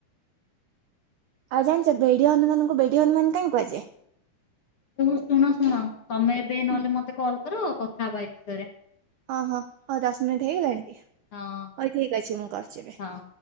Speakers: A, on the right; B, on the left.
A: ଆଉ ଜାଣିଛେ ବେଢି ହୁମାନଙ୍କୁ ବେଡି ହନୁମାନ କାଇଁ କୁହାଯାଏ
B: ଶୁଣ ଶୁଣ ତମେ ଏବେ ନହେଲେ
A: ହୁଁ।
B: ମତେ କଲ୍ କର କଥା ହେବା ଏ ବିଷୟରେ
A: ହଁ ହଁ ହଉ ଦଶ ମିନିଟ୍ ହେଇଗଲାଣି କି ହଉ
B: ହଁ ହଁ
A: ଠିକ୍ ଅଛି ମୁଁ କରୁଛି ଏବେ।
B: ହଁ।